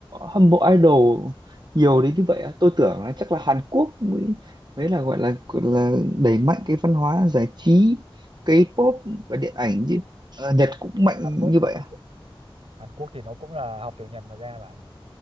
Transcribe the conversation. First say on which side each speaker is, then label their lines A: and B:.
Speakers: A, on the right; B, on the right.
A: hâm mộ idol nhiều đến như vậy à tôi tưởng là chắc là Hàn Quốc mới mới là gọi là gọi là đẩy mạnh cái văn hóa giải trí K-pop và điện ảnh chứ Ờ, Nhật cũng mạnh
B: Hàn Quốc
A: như vậy à
B: thì, Hàn Quốc thì nó cũng là học từ Nhật mà ra mà